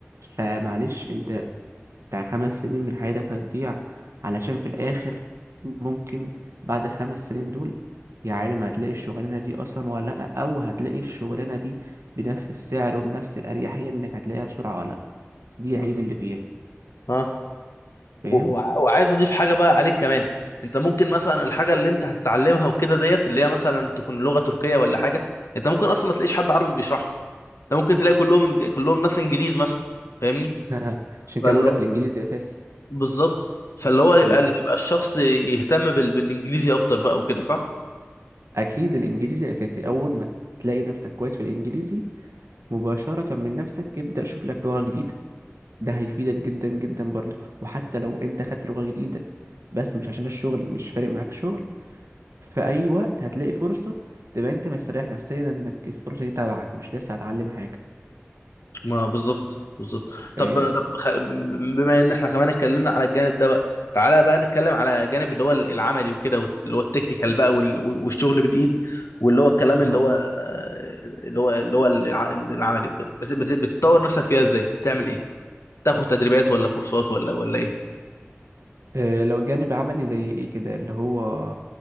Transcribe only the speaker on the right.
فمعلش انت بتاع خمس سنين من حياتك هتضيع علشان في الآخر ممكن بعد خمس سنين دول يا عالم هتلاقي الشغلانة دي أصلا ولا لأ أو هتلاقي الشغلانة دي بنفس السعر وبنفس الأريحية إنك هتلاقيها بسرعة ولا لأ دي
العيب اللي فيها
فاهم؟
<laughs> عشان كده
بقول
لك الإنجليزي أساسي
مم.
أكيد الإنجليزي أساسي أول ما تلاقي نفسك كويس في الإنجليزي مباشرة من نفسك ابدأ شوف لك لغة جديدة ده هيفيدك جدا جدا برضه وحتى لو أنت خدت لغة جديدة بس مش عشان الشغل مش فارق معاك شغل في اي وقت هتلاقي فرصه تبقى انت مستريح نفسيا انك الفرصه دي تبعك مش لسه هتعلم حاجه
فاهم
اه
آه، لو الجانب عملي زي ايه كده اللي هو